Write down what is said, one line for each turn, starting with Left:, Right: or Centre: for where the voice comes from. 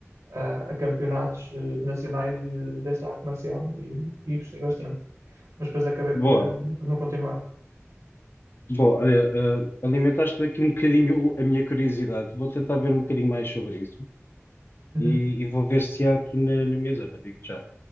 Right: a- a campeonatos eh, nacionais de- desta arte marcial e, e gostei bastante. Mas depois acabei
Left: Boa.
Right: por, hum, por não continuar.
Left: Boa, olha, eh, alimentaste-me aqui um bocadinho a minha curiosidade. Vou tentar ver um bocadinho mais sobre isso.
Right: Uhum.
Left: e, e vou ver se há aqui na, na minha zona, digo-te já.